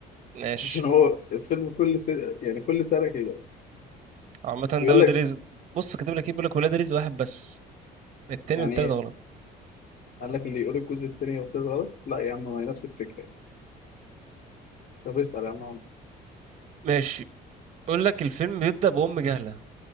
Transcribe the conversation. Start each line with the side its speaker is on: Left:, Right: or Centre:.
Right: ماشي
Left: عشان هو الفيلم كل سنة يعني كل سنة كده
Right: عامة
Left: بيقول
Right: ده ولاد
Left: لك
Right: رزق بص كاتب لك إيه بيقول لك ولاد رزق واحد بس التاني
Left: يعني
Right: والتالت
Left: ايه
Right: غلط
Left: قال لك اللي يقول الجزء التاني والتالت غلط لا يا عم ما هي نفس الفكرة يعني طب اسأل يا عم عمرو.
Right: ماشي يقول لك الفيلم بيبدأ بأم جهلة